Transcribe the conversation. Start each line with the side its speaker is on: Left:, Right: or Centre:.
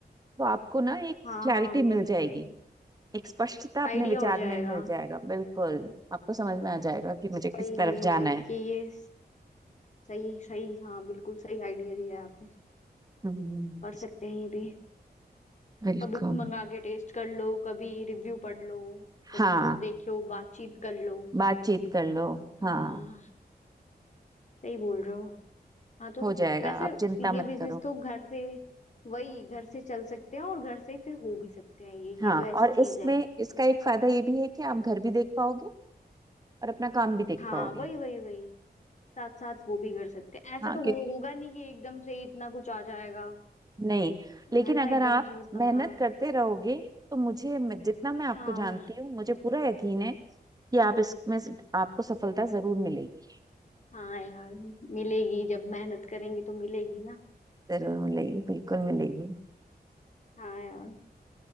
Right: तो आपको ना एक
Left: हाँ
Right: क्लैरिटी
Left: हाँ
Right: मिल
Left: वही
Right: जाएगी
Left: वही
Right: एक स्पष्टता अपने
Left: आइडिया
Right: विचार
Left: हो जाएगा
Right: में मिल जाएगा बिल्कुल आपको समझ में आ जाएगा कि मुझे किस
Left: वही
Right: तरफ
Left: वही
Right: जाना
Left: वही
Right: है
Left: कि ये सही सही हाँ बिल्कुल सही आइडिया दिया है आपने
Right: हम्म,
Left: कर सकते हैं ये भी
Right: बिल्कुल
Left: कभी मंगा के टेस्ट कर लो कभी रिव्यू पढ़ लो कभी
Right: हाँ
Left: खुद देख लो बातचीत कर लो
Right: बातचीत कर लो
Left: हाँ
Right: हाँ
Left: सही बोल रहे हो हाँ तो
Right: हो जाएगा
Left: वैसे
Right: आप चिंता मत
Left: ये बिजनेस
Right: करो
Left: तो घर से वही घर से चल सकते हैं और घर से ही फिर हो भी सकते हैं ये
Right: हाँ
Left: ये तो ऐसी
Right: और
Left: चीज
Right: इसमें
Left: है
Right: इसका एक फायदा ये भी है कि आप घर भी देख पाओगे और अपना काम भी देख
Left: हाँ
Right: पाओगे
Left: वही वही वही साथ साथ वो भी कर सकते हैं ऐसा
Right: हाँ
Left: तो
Right: क्योंकि
Left: हो, होगा नहीं कि एकदम से ही इतना कुछ आ जाएगा
Right: नहीं लेकिन
Left: है ना
Right: अगर
Left: एकदम
Right: आप
Left: से ही इतना
Right: मेहनत
Left: भार
Right: करते रहोगे तो मुझे मैं- जितना मैं आपको
Left: हाँ
Right: जानती हूँ मुझे पूरा यकीन है कि आप इसमें स- आपको सफलता जरूर मिलेगी
Left: हाँ यार मिलेगी जब मेहनत करेंगे तो मिलेगी ना
Right: जरूर मिलेगी बिल्कुल मिलेगी
Left: हाँ यार